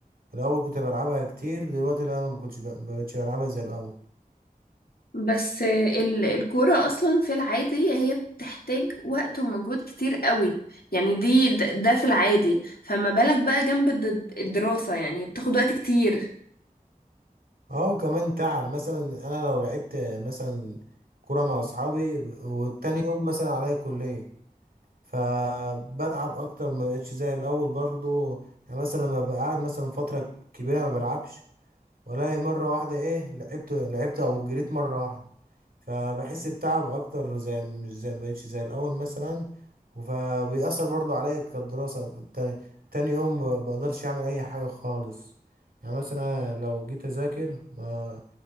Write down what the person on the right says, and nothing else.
الاول كنت بلعبها كتير دلوقتي لا ما كنتش ب- ما بقتش بلعبها زي الاول
اه كمان تعب مثلا انا لو لعبت مثلا كرة مع اصحابي والتاني يوم مثلا عليا كلية فبتعب اكتر ما بقتش زي الاول برضو يعني مثلا لما ببقى قاعد مثلا فتره كبيره ما بلعبش ولا مره واحده ايه لعبت لعبت او جريت مره واحده فبحس بتعب اكتر زي مش زي ما بقتش زي الاول مثلا فبيأثر برضو عليا كدراسه تاني, تاني يوم ما بقدرش اعمل اي حاجه خالص يعني مثلا لو جيت اذاكر ما